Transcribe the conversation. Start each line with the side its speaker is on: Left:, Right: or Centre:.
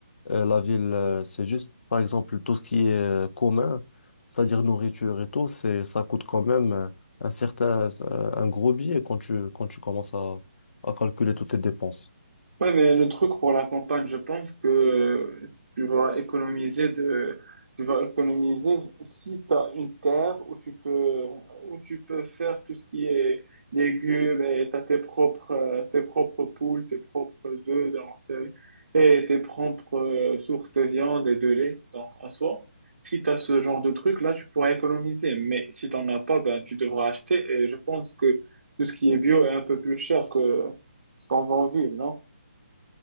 Left: Euh, la ville, euh, c'est juste, par exemple, tout ce qui est euh, commun, c'est-à-dire nourriture et tout, c'est, ça coûte quand même euh, un certain, euh, un gros billet quand tu, quand tu commences à, à calculer toutes tes dépenses.
Right: Ouais, mais le truc pour la campagne, je pense que euh, tu vas économiser de, tu vas économiser si tu as une terre où tu peux, où tu peux faire tout ce qui est légumes et tu as tes propres, euh, tes propres poules, tes propres œufs donc, euh, et tes propres euh, sources de viande et de lait. Donc, en soi, si tu as ce genre de truc, là, tu pourras économiser. Mais si tu n'en as pas, ben, tu devras acheter. Et je pense que tout ce qui est bio est un peu plus cher que ce qu'on vend en ville, non?